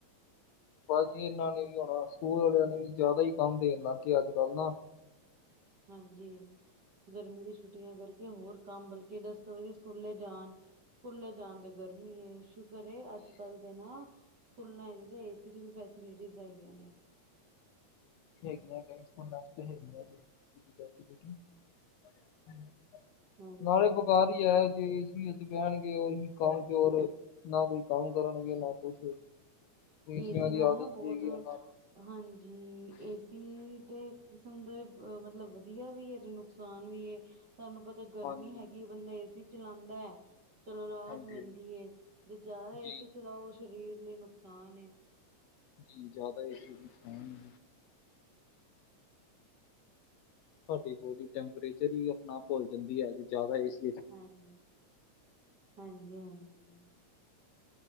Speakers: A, on the left; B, on the right.
A: ਬ ਜੀ ਇਹਨਾਂ ਨੇ ਵੀ ਹੋਣਾ ਸਕੂਲ ਵਾਲਿਆਂ ਨੇ ਵੀ ਜ਼ਿਆਦਾ ਹੀ ਕੰਮ ਦੇਣ ਲੱਗ ਗਏ ਅੱਜ ਕੱਲ੍ਹ ਨਾ
B: ਹਾਂਜੀ ਗਰਮੀ ਦੀ ਛੁੱਟੀਆਂ ਕਰਕੇ ਹੋਰ ਕੰਮ ਬਲਕਿ ਦਸ ਵਜੇ ਸਕੂਲੇ ਜਾਣ ਸਕੂਲੇ ਜਾਣ ਦੇ ਗਰਮੀ ਏ, ਸ਼ੁਕਰ ਏ ਅੱਜ ਕੱਲ ਦੇ ਨਾ ਖੂਲਣਾ ਹੈ ਏਜੀ, ਏ ਸੀ ਦੇ ਵੀ ਫੈਸਿਲਿਟੀਜ਼ ਹੈਗੀਆਂ ਨੇ
A: ਹੈਗੀਆਂ ਵਸਤੇ ਹੈਗ ਹ <unintelligible>
B: ਹਾਂਜੀ
A: ਨਾਲੇ
B: ਹਾਂਜੀ
A: ਬੁਕਾਰ ਹੀ ਹੈ, ਐਦੇ ਵਿਚ ਕਹੀ ਵਾਰੀ ਬਹਿਣਗੇ ਕਾਮਚੋਰ, ਨਾ ਕੋਈ ਕੰਮ ਕਰਨਗੇ ਨਾ ਕੁਛ ਏਸੀਆਂ
B: ਏ ਸੀ
A: ਦੀ
B: ਨਾਲ
A: ਆਦਤ
B: ਨਾ ਬਹੁਤ
A: ਪਏਗੀ ਉਹਨਾਂ
B: ਹਾਂਜੀ, ਏ ਸੀ ਤਾਂ ਇੱਕ ਕਿਸਮ ਦਾ ਮਤਲਬ ਵਧੀਆ ਵੀ ਹੈ, ਅਤੇ ਨੁਕਸਾਨ ਵੀ ਹੈ। ਤੁਹਾਨੂੰ ਪਤਾ
A: ਨੂੰ
B: ਗਰਮੀ
A: ਹਾਂਜੀ
B: ਹੈਗੀ ਹੈ, ਬੰਦਾ ਏਸੀ ਚਲਾਉਂਦਾ ਹੈ। ਚਲੋ ਰਾਹਤ
A: ਹਾਂਜੀ
B: ਮਿਲਦੀ ਹੈ ਜ ਜ਼ਿਆਦਾ ਏ
A: ਜੀ
B: ਸੀ ਚਲਾਓ ਸਰੀਰ ਲਈ ਨੁਕਸਾਨ ਹੈ।
A: ਜੀ ਜ਼ਿਆਦਾ ਇਹ ਚੀ ਨ ਸਾਡੀ ਬੋਡੀ ਟੈਂਪਰੇਚਰ ਹੀ ਆਪਣਾ ਭੁੱਲ ਜਾਂਦੀ ਹੈ ਜੇ ਜ਼ਿਆਦਾ ਇਸ
B: ਹਾਂਜੀ, ਹਾਂਜੀ, ਹਾਂਜੀ।